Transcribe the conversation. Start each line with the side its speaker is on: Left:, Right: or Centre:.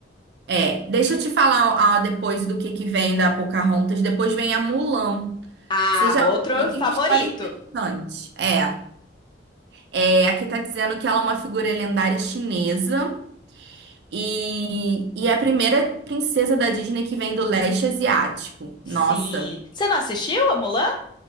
Right: É, deixa eu te falar ah, depois do que que vem da Pocahontas. Depois vem a Mulan.
Left: Ah,
Right: Seja,
Left: outro
Right: Mulan tem
Left: favorito.
Right: uma história interessante. É, é, aqui tá dizendo que ela é uma figura lendária chinesa e, e é a primeira princesa da Disney que vem do leste asiático. Nossa.
Left: Sim. Você não assistiu a Mulan?